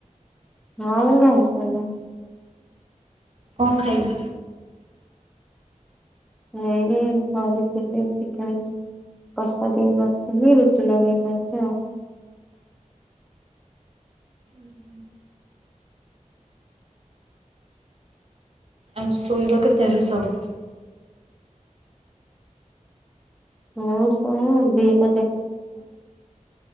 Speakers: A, in the centre; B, on the right.
A: ମୁଁ ଖାଇଶରିଲିନି
B: କଣ ଖାଇଲ?
A: ଏଇ କରିଥିଲି ଚିକେନ କଷା ଟିକେ କରିଥିଲି ରୁଟି ଲଗେଇ ଖାଇଲି ଆଉ।
B: ହୁଁ ହୁଁ ଆଉ ଶୋଇବ କେତେବେଳେ ସବୁ
A: ହଉ ହ ଦଇଟା